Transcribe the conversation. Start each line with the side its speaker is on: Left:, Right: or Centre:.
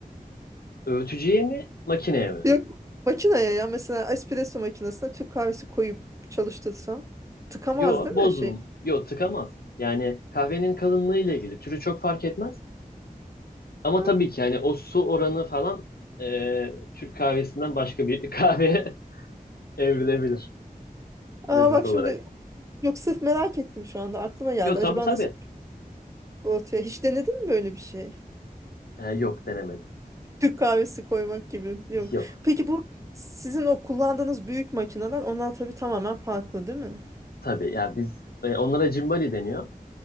Left: Öğütücüye mi makineye mi?
Right: Yok. Makineye ya mesela espresso makinesine Türk kahvesi koyup çalıştırsam tıkamaz
Left: Yo
Right: değil
Left: bozulum.
Right: mi şey?
Left: Yo tıkamaz. Yani kahvenin kalınlığı ile ilgili türü çok fark etmez. Ama
Right: Ha.
Left: tabii ki yani o su oranı falan e, Türk kahvesinden başka bir <laughs> kahve evrilebilir
Right: Aa
Left: lezzet
Right: bak
Left: olarak.
Right: şimdi yok sırf merak ettim şu anda aklıma geldi.
Left: Yok
Right: Acaba
Left: tabii tabii.
Right: nasıl ortaya hiç denedin mi böyle bir şey?
Left: Ee, yok denemedim.
Right: Türk kahvesi koymak gibi. Yok.
Left: Yok.
Right: Peki bu sizin o kullandığınız büyük makineler onlar tabii tamamen farklı değil mi?
Left: Tabii ya biz e, onlara cimbali deniyor